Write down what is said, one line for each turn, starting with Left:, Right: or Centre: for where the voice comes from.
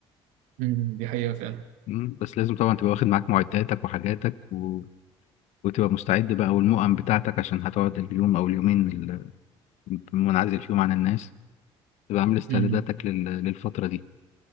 Right: مم. دي حقيقة فعلا
Left: مم، بس لازم طبعا تبقى واخد معاك معداتك وحاجاتك و... وتبقى مستعد بقى والمؤن بتاعتك عشان هتقعد اليوم او اليومين ال- منعزل فيهم عن الناس تبقى عامل استعداداتك
Right: مم.
Left: لل... للفترة دي